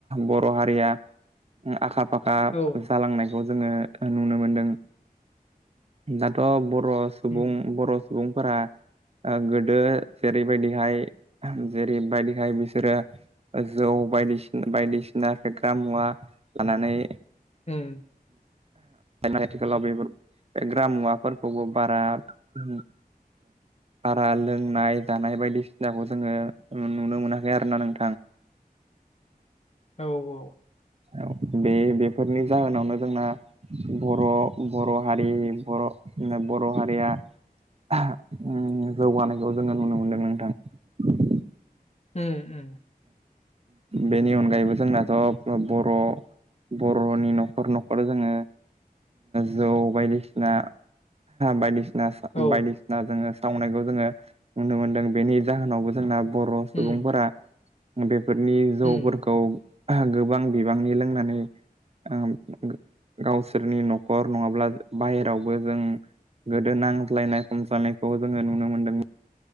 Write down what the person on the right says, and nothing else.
बर' हारिया ओ आखा फाखा
जालांनाय खौ जोङो नुनो मोनदों दाथ' बर' सुबुं
बर' सुबुंफोरा ओ गोदो जेरैबायदिहाय जेरैबायदिहाय बिसोरो जौ बायदिसिन बायदिसिना फेग्रा मुवा लानानै
आथिखालाव बेफोर फेग्रामुवाफोरखौबो बारा ओ बारा लोंनाय जानाय बायदिसिनाखौ जोङो नुनो मोनाखै आरोना नों
औ बे बेफोरनि जाहोनावनो जोंना बर' बर' हारि बर' बर' हारिया उम जौगानायखौ जोङो नुनो मोनदों नोंथां।
बेनि अनगायैबो जोंनाथ' बर' बर'नि न'खर न'खर जोङो जौ बायदिसिना बायदिसिना
बायदिसिना जोङो मावनायखौ जोङो नुनो मोनदों बेनि जाहोनावबो जोंना बर' सुबुंफोरा
बे फोरनि जौफोरखौ
गोबां बिबांनि लोंनानै ओ गावसोरनि न'खर नङाब्ला बाहेरावबो जों गोदो नांज्लायनाय खमज्लायनायखौ जोङो नुनो मोनदों